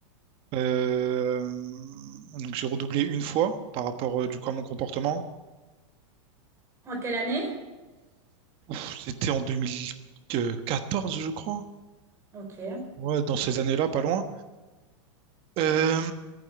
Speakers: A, on the right; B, on the right.
A: Euh, donc, j'ai redoublé une fois par rapport, euh, du coup, à mon comportement.
B: En quelle année?
A: Ouf, C'était en deux mille quatorze je crois.
B: Ok.
A: Ouais, dans ces années-là, pas loin. Euh,